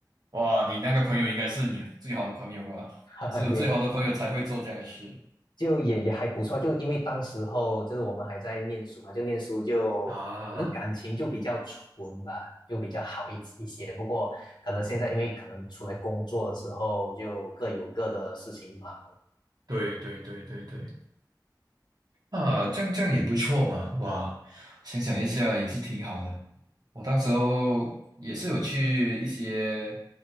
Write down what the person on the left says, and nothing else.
<laughs>
也就也也还不错，就因为当时候就是我们还在念书嘛，就念书就可能感情就比较纯吧，
就比较好一一些。不过可能现在因为可能出来工作了之后，就各有各的事情忙。